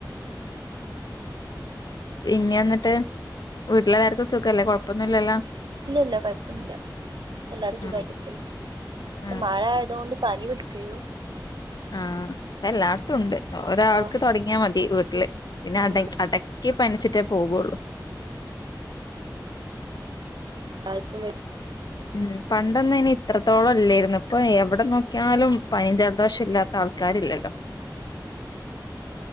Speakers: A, on the left; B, on the right.
A: പിന്നെ വന്നിട്ട് വീട്ടിലെള്ളാർക്കും സുഖല്ലേ കൊഴപ്പൊന്നുംല്ലല്ലോ
B: ഇല്ല ഇല്ല കുഴപ്പമില്ല എല്ലാരും സുഖമായിട്ടിരിക്കുന്നു
A: ആഹ് ആഹ്
B: മഴ ആയതുകൊണ്ട് പനി പിടിച്ചിനു
A: ആഹ എല്ലാർത്തും ഉണ്ട് ഒരാൾക്ക്
B: ആ
A: തുടങ്ങിയാൽ മതി വീട്ടില് പിന്നെ
B: ആ,
A: അട ക്കി. പനിച്ചിട്ടേ പോകുള്ളൂ
B: ആക്കുമ <unintelligible>
A: ഉം പണ്ടൊന്ന ഇനി ഇത്രത്തോളം ഇല്ലായിരുന്നു ഇപ്പൊ എവിടെ നോക്കിയാലും പനിം ജലദോഷം ഇല്ലാത്ത ആൾക്കാരില്ലല്ലോ